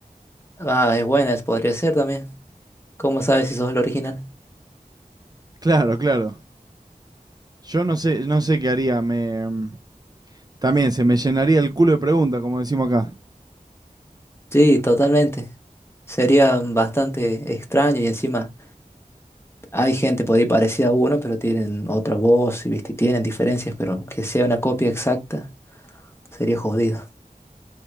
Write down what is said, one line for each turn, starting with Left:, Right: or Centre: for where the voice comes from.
Left: Ah, es buena, es- podría ser también. ¿Cómo sabes si sos el original?
Right: Claro, claro. Yo no sé, no sé qué haría. Me mm, también se me llenaría el culo de preguntas, como decimos acá.
Left: Sí, totalmente. Sería bastante extraño y encima hay gente por ahí parecida a uno, pero tienen otra voz y viste, tienen diferencias, pero que sea una copia exacta sería jodido.